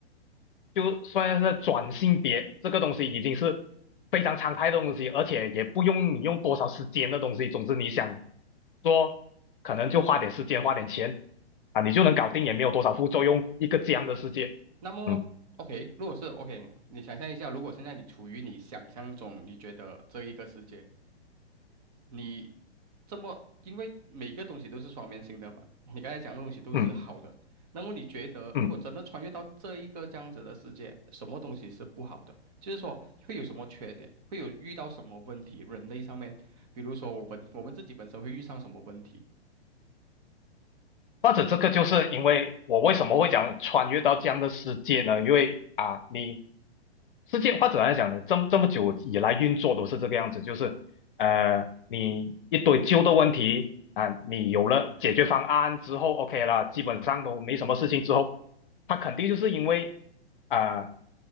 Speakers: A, on the left; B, on the right.
A: 就算是转性别这个东西已经是非常常态的东西，而且也不用你用多少时间的东西。总之你想做，可能就花点时间花点钱啊，你就能搞定，也没有多少副作用，一个这样的世界。
B: 那么，OK，
A: 嗯
B: 如果是 OK，你想象一下，如果现在你处于你想象中，你觉得这一个世界，你这么，因为每个东西都是双面性的嘛，你刚才讲的东西都是好的，
A: 嗯
B: 那么你觉得如果真的穿越到这一个这样子的世界，
A: 嗯。
B: 什么东西是不好的？就是说会有什么缺点，会有遇到什么问题，人类上面，比如说我们我们自己本身会遇上什么问题？
A: 或者这个就是因为我为什么会讲穿越到这样的世界呢？因为啊，你世界或者来讲，这么这么久以来运作都是这个样子，就是呃，你一堆旧的问题啊，你有了解决方案之后，OK 了，基本上都没什么事情之后，它肯定就是因为啊、